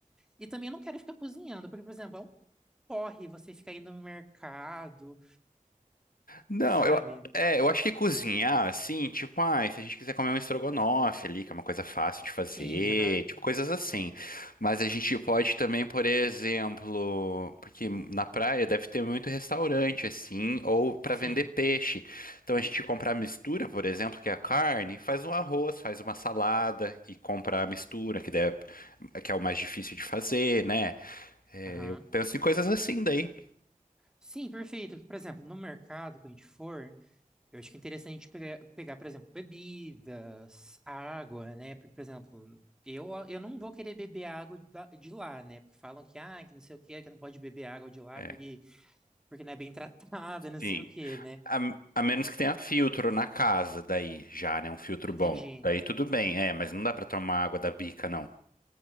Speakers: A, in the centre; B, on the left.
A: E também eu não quero ficar cozinhando, porque, por exemplo, é um corre, você fica indo no mercado,
B: Não,
A: sabe?
B: eu, é, eu acho que cozinhar, assim, tipo, ah, se a gente quiser comer um estrogonofe ali, que é uma coisa fácil de fazer,
A: Sim, aham,
B: tipo, coisas assim. Mas a gente pode também, por exemplo, porque na praia deve ter muito restaurante, assim, ou pra
A: sim,
B: vender peixe. Então a gente compra a mistura, por exemplo, que é a carne, faz um arroz, faz uma salada e compra a mistura, que, deve, que é o mais difícil de fazer, né? É,
A: aham.
B: eu penso em coisas assim daí.
A: Sim, perfeito. Por exemplo, no mercado, quando a gente for, eu acho que é interessante a gente pegar, pegar, por exemplo, bebidas, água, né? Porque, por exemplo, eu, eu não vou querer beber água da- de lá, né? Porque falam que, ah, que não sei o quê, que não pode beber água de lá
B: É,
A: porque, porque não é bem tratada, <laughs> não sei
B: sim.
A: o quê, né?
B: A, a menos que tenha filtro na casa, daí já, né? Um filtro
A: Entendi,
B: bom. Daí tudo bem, é, mas não dá pra tomar água da bica, não.